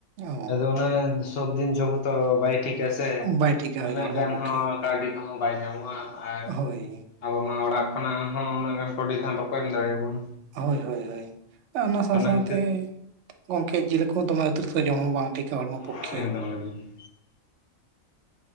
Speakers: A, on the right (about 65°); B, on the left (about 60°).
A: ᱚ
B: ᱟᱫᱚ ᱚᱱᱟ ᱨᱮᱱᱟᱜ ᱥᱚᱵ ᱫᱤᱱ ᱡᱚᱢ ᱦᱚᱸᱛᱚ ᱵᱟᱭ ᱴᱷᱤᱠ ᱦᱮᱥᱮ
A: ᱵᱟᱭ
B: <unintelligible>
A: ᱴᱷᱤᱠᱟ ᱦᱳᱭ
B: ᱩᱱᱟᱹᱜ
A: ᱦᱚᱲᱢᱚ
B: ᱜᱟᱱ
A: ᱯᱚᱠᱠᱷᱮ
B: ᱦᱚᱸ ᱠᱟᱹᱣᱰᱤ ᱠᱚᱦᱚᱸ ᱵᱟᱭ ᱧᱟᱢᱚᱜ-ᱟ ᱟᱨ
A: ᱦᱳᱭ
B: ᱟᱵᱚ ᱢᱟ ᱚᱲᱟᱜ ᱠᱷᱚᱱᱟᱜ ᱦᱚᱸ ᱚᱱᱟᱹᱜ ᱜᱟᱱ ᱠᱟᱹᱣᱰᱤ ᱠᱷᱟᱱ ᱚᱠᱚᱭ ᱮᱢ ᱫᱟᱲᱮ ᱟᱵᱚᱱᱟ᱾
A: ᱦᱚᱭ ᱦᱚᱭ ᱦᱚᱭ <inaudible> ᱚᱱᱟ ᱥᱟᱶ ᱥᱟᱶ
B: ᱠᱷᱟᱹᱛᱤᱨ
A: ᱛᱮ <inaudible> ᱜᱚᱝᱠᱮ ᱡᱤᱞ ᱠᱚ ᱫᱚᱢᱮ ᱩᱛᱩ <inaudible> ᱡᱚᱢ ᱦᱚᱸ ᱵᱟᱝ ᱴᱷᱤᱠ ᱟ ᱦᱚᱲᱢ ᱯᱚᱠᱠᱷᱮ
B: ᱮᱠᱫᱚᱢ